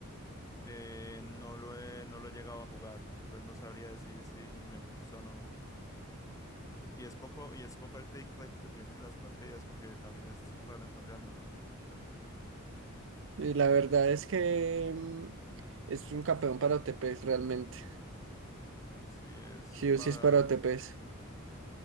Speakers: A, on the left (about 15°); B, on the right (about 65°).
A: Eh, no lo he, no lo he llegado a jugar, entonces no sabría decir si me gusta o no. Y es poco, y es poco el pick rate que tienen las partidas, porque también es raro encontrármelo.
B: Y la verdad es que mm, es un campeón para OTPs realmente.
A: Sí, es
B: Sí o
A: para...
B: sí es para OTPs.